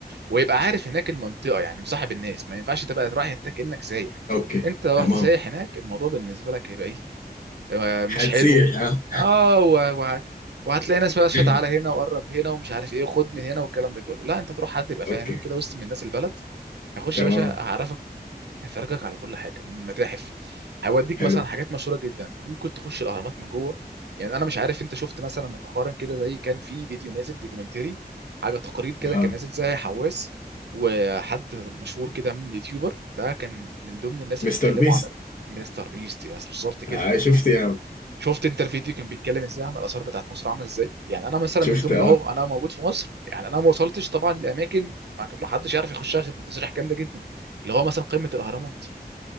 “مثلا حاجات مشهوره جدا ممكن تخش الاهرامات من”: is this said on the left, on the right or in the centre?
Right